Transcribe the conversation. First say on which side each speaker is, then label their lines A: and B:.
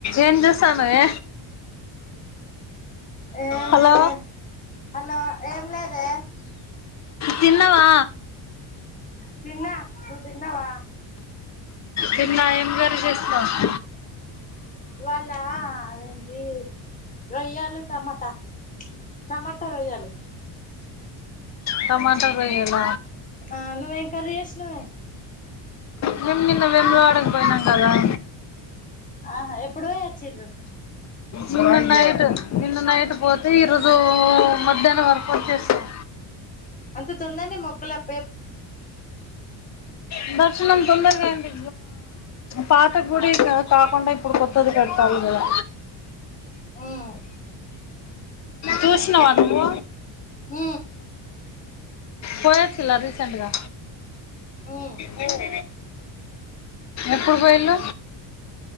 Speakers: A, on the left; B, on the left.
A: ఏం చేసా నుే
B: ఏం
A: హలో
B: లేదే హలో ఏం లేదే
A: తిన్నవా
B: తిన్నా నువ్వు తిన్నావా
A: నిన్నా ఏం జరిగిందో వస్
B: వాళ అదేంటి రొయ్యాలు టమాటా టమాటా రొయ్యాలు
A: టమాటా రొయ్యల
B: ఆ నువ్వు ఎం కర్రీ చేసినవే
A: మేము నిన్న వెములు ఆడకపోయినాం కదా ఆ
B: ఆహా ఎప్పుడు పోయచ్చులుు
A: నిన్న నైట్ నిన్న నైట్ పోతే ఈరోజు మధ్యాహ్నం వరకు వచ్చేసారు
B: అంత తొందనే మొక్కల పే
A: ఆ దర్శనం తొందరగా ఏంది పాత గుడి కాకుండా ఇప్పుడు కొత్తది పెడతాలి కదా
B: హమ్
A: చూసినవ నువు
B: హ
A: పోయథా లాత్ సండ్గా
B: ఉమ్
A: హమ్ ఎప్పుడు పోయళ